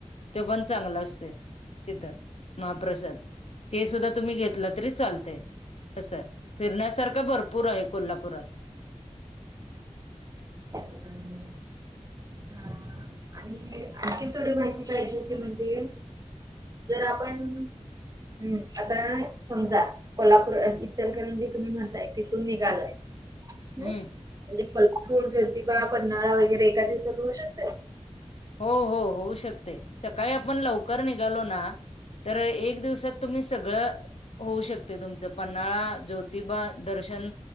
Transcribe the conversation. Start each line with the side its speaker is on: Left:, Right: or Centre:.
Left: तो पण चांगला असतोय. तिथ. महाप्रसाद. ते सुद्धा तुम्ही घेतला तरी चालत. कसं. फिरण्यासारखा भरपूर आहे. कोल्हापुरात.
Right: बरोबर <unintelligible> ह. आणि आणखीन थोडी माहिती पाहिजे होती. म्हणजे जर आपण. हम्म. आता समजा कोल्हापूर. इचलकरंजी तुम्ही म्हणताय. तिथून निघालय. म्हणजे
Left: हम्म
Right: पूण जोतीबा, पन्हाळा वगैरे एका दिवात होऊ शकत.
Left: हो हो होऊ शकते. सकाळी आपण लवकर निघालो ना. तर एक दिवसात. तुम्ही सगळं होऊ शकते. तुमचं. पन्हाळा, ज्योतिबा दर्शन.